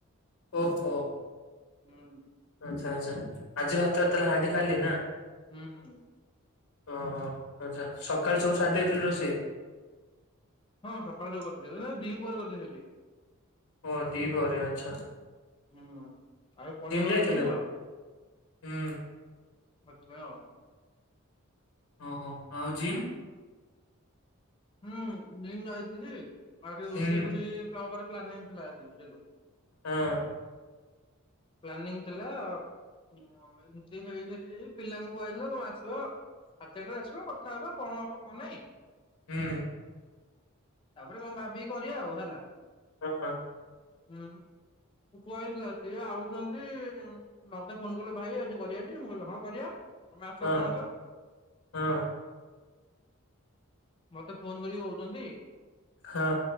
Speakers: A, on the left; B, on the left.
A: ଓହୋ
B: ହୁଁ
A: ଆଚ୍ଛା ଆଚ୍ଛା। ଆଜି ଭାତ ତାହେଲେ ହାଣ୍ଡି ଖାଇଲି ନା?
B: ହୁଁ।
A: ଓହୋ ଆଚ୍ଛା ସକାଳ ସବୁ ସାରି ଦେଇଥିଲୁ ରୋଷେଇ?
B: ହଁ ସକାଳୁ ସବୁ କରିଦେଇଥିଲି ନା ଦି ପରେ କରିଦେଇଥିଲି।
A: ଓ ଦିପ ପରେ ଆଛା।
B: ହୁଁ ହଁ ଆଗ ପଢିବାକୁ
A: ଯାଇଥିଲୁ
B: ଯାଇଥିଲି ତ।
A: ହୁଁ
B: <unintelligible>
A: ଓହୋ ଆଉ ଜିମ୍?
B: ହୁଁ ନିମଁ ଯାଇଥିଲି ଆଗରେ
A: ହୁଁ
B: ରୋଷେଇ ବସେଇ ପ୍ଲକ୍ ରେ ପ୍ଲାନିଂ ଥିଲା ଆଜି ବୁଝିଲୁ?
A: ହଁ।
B: ପ୍ଲନିଂ ଥିଲା। ହୁଁ ଅ ଏମତି ହେଇ ହେଇ ହେଇ ପିଲାଙ୍କୁ କୁହାହେଇଥିବ ତମେ ଆସିବ। ସାଡେ ଚାରିଟା ରେ ଆସିବା କଥା ହବା କଣ ହବ କଣ ନାଇଁ।
A: ହୁଁ।
B: ତାପରେ କଣ ଭାବି କରିବା ଆଉ ହେଲା।
A: ହଁ।
B: ହୁଁ କୁଆହେଇଥିଲା ସିଏ ଆଉ। ଛନ୍ତି ମୋତେ ଫୋନ କଲେ ଭାଇ ଆଜି କରିବା ଟି ମୁଁ କହିଲି ହଁ କରିବା। ତମେ ଆସ
A: ହଁ
B: ପହଞ୍ଚ।
A: ହଁ
B: ମତେ ଫୋନ କରିକି କହୁଛନ୍ତି।
A: ହଁ।